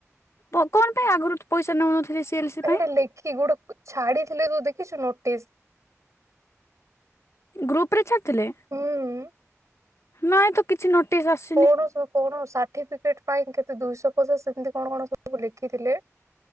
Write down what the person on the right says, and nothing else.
ହେଇଟି
ଲେଖି ଗୁଡ କ ଛାଡିଥିଲେ ତୁ ଦେଖିଛୁ ନୋଟିସ୍?
ହୁଁ
କଣ ସବୁ କଣ ସାର୍ଟିଫିକେଟ୍ ପାଇଁ କେତେ ଦୁଇଶହ ପଚାଶ ଏମିତି କଣ କଣ ସବୁ ଲେଖିଥିଲେ?